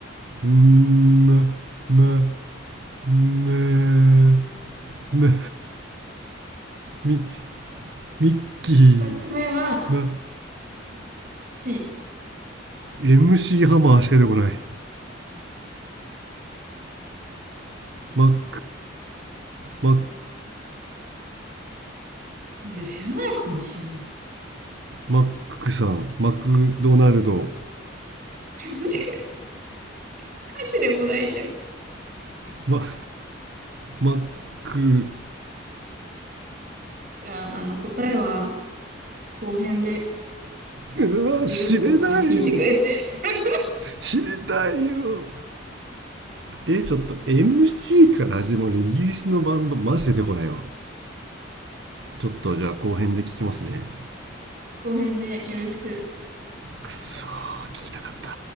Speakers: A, on the right; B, on the right.
A: なんー、ままめめみミッキー
B: 二つ目は
A: ま
B: C。
A: MC ハマーしか出てこないマックマック
B: 知らないかもしんない。
A: マックさんマクドナルド
B: <laughs> 歌詞でもないじゃん。
A: ママック
B: じゃあ、あの、答えは後編で、
A: うわ知れないよ
B: ありがとう、お話聞いてくれて。<laughs>
A: 知りたいよえちょっと MC から始まるイギリスのバンドマジ出てこないわちょっとじゃあ後編で聞きますね
B: 後編でよろしく。
A: くそー聞きたかった